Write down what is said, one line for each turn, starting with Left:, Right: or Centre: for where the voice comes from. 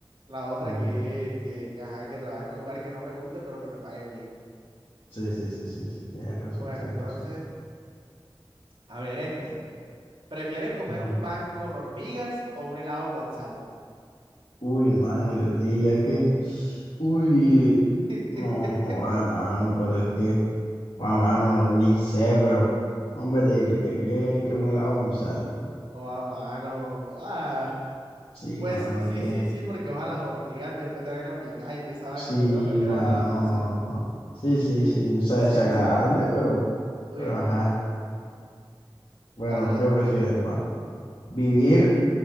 Right: La otra
Left: ujú.
Right: que, que, que, ajá, que trabaje en un lugar que no me guste, pero que me paguen bien.
Left: Sí, sí, sí, sí, sí. Tienes razón,
Right: Bueno,
Left: tienes
Right: entonces,
Left: razón.
Right: a ver esta. ¿Prefieres comer
Left: Ujú.
Right: un pan con hormigas o un helado con sal?
Left: Uy, mano, yo te diría que, uy,
Right: <laughs>
Left: no joda, mano, pero es que, ah, mano, ni sé, pero, hombre, te diría que, que un helado con sal.
Right: Oh, a mano. Ah,
Left: Sí,
Right: pues
Left: mano,
Right: sí, sí,
Left: es que,
Right: sí, sí, porque ojalá las hormigas después te vayan a picar y te esa vaina,
Left: sí,
Right: prefiero, prefiero
Left: mano,
Right: el helado con sal.
Left: no, no. Sí, sí, sí, o sea,
Right: Sí,
Left: desagradable,
Right: sí.
Left: pero,
Right: Uy,
Left: pero
Right: no.
Left: ajá. Bueno,
Right: Ajá,
Left: ¿tú qué prefieres, mano? ¿Vivir,